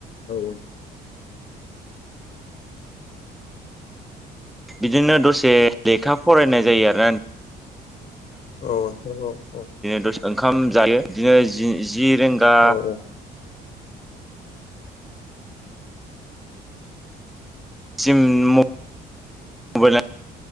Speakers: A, on the left (about 50°); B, in the centre.
A: औ
B: बिदिनो दसे लेखा फरायनाय जायो आरो ना
A: औ नोंथां औ औ
B: दसे ओंखाम जायो बिदिनो जि जि रेंगा
A: औ
B: सिम म मबाइल